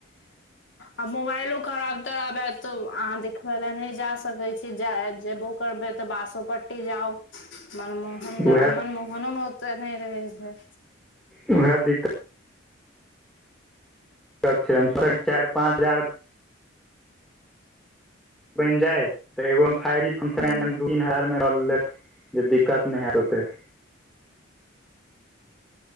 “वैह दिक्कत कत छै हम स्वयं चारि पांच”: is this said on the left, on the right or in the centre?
Centre